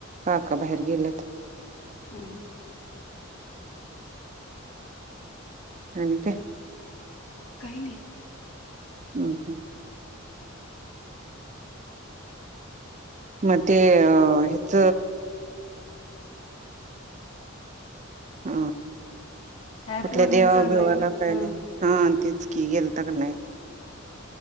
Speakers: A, on the right; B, on the left.
A: काका बाहेर गेलेत
B: ह
A: आणि ते
B: काही नाही
A: हम् हम मग ते अ हेच ह
B: ऍप
A: कुठल्या
B: वरनं
A: देवाभेवाला
B: चालू आहे ग
A: काय
B: हा
A: हा तेच की गेलता का नाही